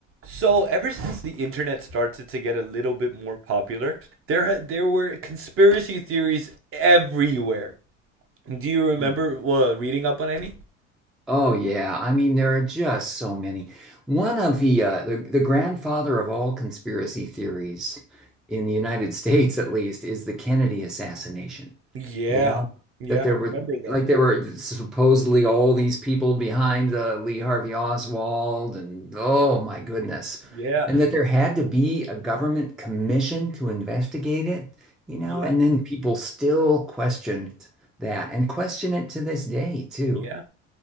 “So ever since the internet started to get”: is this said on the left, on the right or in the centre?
Right